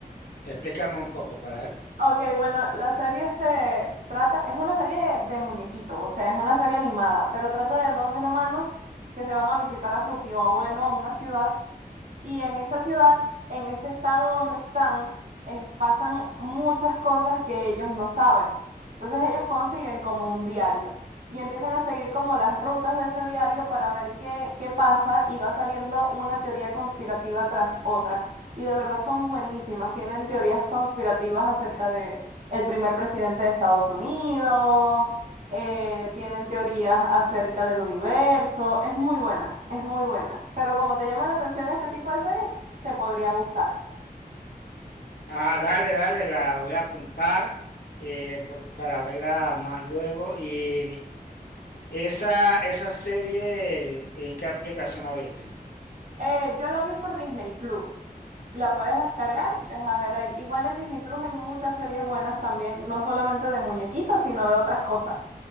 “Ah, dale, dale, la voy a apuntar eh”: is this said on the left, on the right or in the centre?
Left